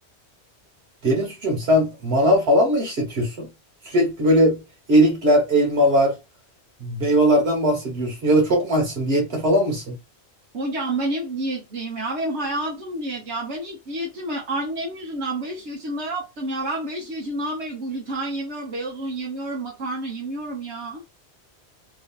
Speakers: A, on the right (about 65°); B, on the right (about 80°).
A: derin suçum sen manav falan mı işletiyorsun? Sürekli böyle erikler, elmalar. Meyvelerden bahsediyorsun ya da çok mu açsın? Diyette falan mısın?
B: Hocam ben hep diyetteyim ya. Benim hayatım diyet ya. Ben ilk diyetimi annem yüzünden 5 yaşında yaptım ya. Ben 5 yaşından beri gluten yemiyorum, beyaz un yemiyorum, makarna yemiyorum ya.